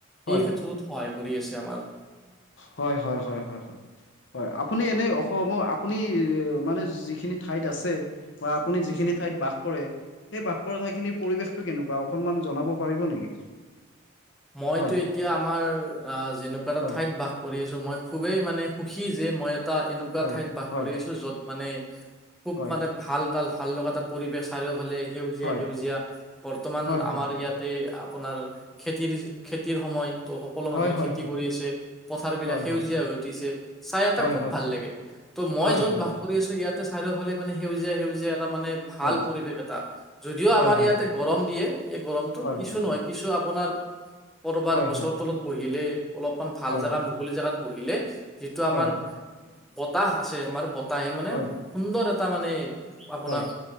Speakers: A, on the left; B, in the centre.
A: হয়
B: এই ক্ষেত্ৰতো সহায় কৰি আছে আমাৰ
A: হয় হয় হয় হয় হয় আপুনি এনেই অসমৰ আপুনি মানে যিখিনি ঠাইত আছে বা আপুনি যিখিনি ঠাইত ঠাইত বাস কৰে সেই বাস কৰা ঠাইখিনিৰ পৰিৱেশটো কেনেকুৱা অকনমান জনাব পাৰিব নেকি
B: মইতো
A: হয়
B: এতিয়া আমাৰ আহ যেনেকুৱা এটা
A: হয়
B: ঠাইত বাস কৰি আছো মই খুবেই মানে সুখী যে মই এটা এনেকুৱা
A: হয়
B: ঠাইত বাস
A: হয়
B: কৰি আহছো য'ত মানে খুব
A: হয়
B: মানে ভাল ভাল লগা এটা পৰিৱেশ চাৰিওফালে সেউজীয়া
A: হয়
B: সেউজীয়া বৰ্তমান
A: হয় হয়
B: আমাৰ
A: হয়
B: ইয়াতে আপোনাৰ খেতি খেতিৰ খেতিৰ সময় তো সকলো মানুহে
A: হয় হয়
B: খেতি কৰি আছে পথাৰ বিলাক
A: হয়
B: সেউজীয়া
A: হয় হয়
B: হৈ উঠিছে চাই এটা
A: হয়
B: খুব
A: হয়
B: ভাল লাগে ত' মই
A: হয়
B: য'ত
A: হয় হয়
B: বাস
A: হয়
B: কৰি আছো ইয়াতে চাৰিওফালে মানে সেউজীয়া সেউজীয়া মানে ভাল
A: হয়
B: পৰিবেশ এটা যদিও
A: হয়
B: আমাৰ
A: হয়
B: ইয়াতে গৰম দিয়ে এই গৰমতটো
A: হয়
B: কিছু
A: হয়
B: নহয় কিছু আপোনাৰ কৰবাৰ
A: হয়
B: গছৰ
A: হয়
B: তলত বহিলে অলপমান ভাল
A: হয়
B: জেগা মুকলি জোগাত বহিলে যিটো
A: হয়
B: আমাৰ বতাহ আছে আমাৰ বতাহে মানে
A: হয়
B: সুন্দৰ এটা মানে আপোনাক
A: হয়